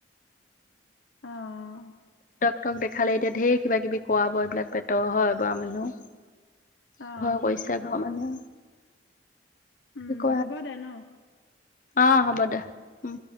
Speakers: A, on the left; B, on the left.
A: আহ
B: তক দেখালে এতিয়া ধঢেৰ কিবা কিবি কোৱা ব এইবিলাক পেতৰ হয় বৰা মানুহ
A: অ',
B: ঘৰ কৈছে ঘ মানে
A: উম,
B: ক
A: হ'ব দে ন?
B: অ হ'ব দে উম